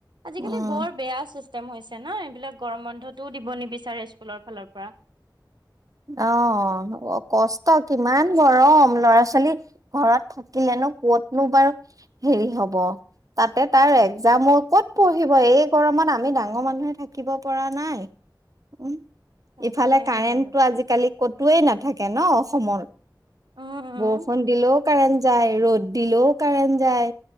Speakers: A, on the right; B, on the right.
A: আজিকালি
B: উম
A: বৰ বেয়া চিষ্টেম হৈছে ন, এইবিলাক গৰম বন্ধটোও দিব নিবিচাৰে স্কুলৰ ফালৰ পৰা।
B: অ কষ্ট কিমান গৰম, ল'ৰা-ছোৱালী ঘৰত থাকিলেনো কতনো বাৰু হেৰি হব তাতে তাৰ একজাম ক'ত পঢ়িব এই গৰমত আমি ডাঙৰ মানুহে থাকিব থাকিব পৰা নাই, উম।
A: তাকেহে
B: ইফালে কাৰেণ্টটো
A: আৰু পাই
B: আজিকালি কতোৱেই নাথাকে ন অসমৰ?
A: উম উম
B: বৰষুণ দিলেও কাৰেণ্ট যায়, ৰ'দ দিলেও কাৰেণ্ট যায়,